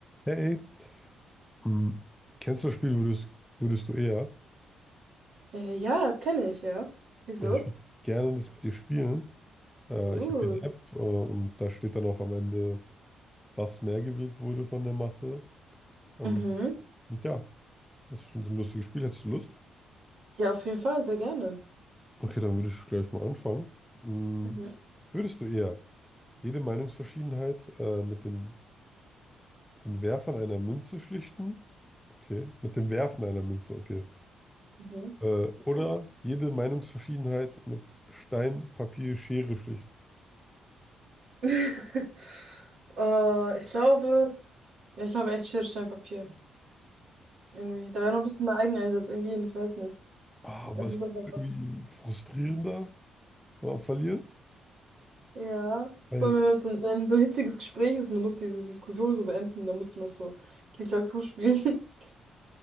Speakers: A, in the centre; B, on the right.
A: Hey, hm, kennst du das Spiel, würdest, würdest du eher?
B: Äh, ja, das kenne ich, ja. Wieso?
A: Ja, ich würde gerne das mit dir spielen. Äh,
B: Uh.
A: ich habe hier eine App äh, und da steht dann auch am Ende, was mehr gewählt wurde von der Masse. Ähm,
B: Mhm.
A: und ja, das ist schon so ein lustiges Spiel. Hättest du Lust?
B: Ja, auf jeden Fall, sehr gerne.
A: Okay, dann würde ich gleich mal anfangen. Hm,
B: Mhm.
A: würdest du eher jede Meinungsverschiedenheit äh, mit den, mit den Werfern einer Münze schlichten? Okay, mit dem Werfen einer Münze, okay.
B: Mhm.
A: Äh, oder jede Meinungsverschiedenheit mit Stein, Papier, Schere schlichten.
B: <laughs> äh, ich glaube, ja, ich glaube echt Schere, Stein, Papier. Irgendwie. Da wäre noch ein bisschen mehr Eigeneinsatz irgendwie, hin, ich weiß nicht.
A: Ah,
B: Es
A: was
B: ist aber einfach.
A: irgendwie frustrierender, wenn man verliert.
B: Ja.
A: Weil,
B: Vor allem, wenn jetzt so ein, wenn so ein hitziges Gespräch ist und du musst diese Diskussion so beenden, dann musst du noch so Klick-Klack-Klu spielen. <laughs>